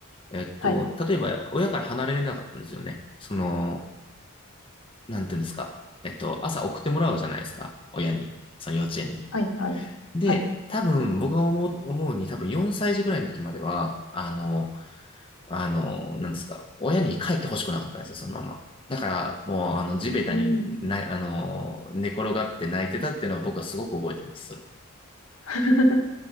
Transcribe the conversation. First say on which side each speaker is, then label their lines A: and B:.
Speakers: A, on the left; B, on the left.
A: えっと、
B: はい、
A: 例えば親から離れれなかったんですよね。その、なんていうんですか。えっと、朝送ってもらうじゃないですか。親に。その幼稚園に。
B: はい、はい、
A: で、
B: はい。
A: 多分、僕が思う、思うに多分4歳児ぐらいの時までは、あの、あの、なんですか、親に帰ってほしくなかったんですよ、そのまま。だから、もう、あの、地べたにな、
B: うーん。
A: あの、寝転がって泣いてたっていうのは僕はすごく覚えてます、それは。
B: <laughs>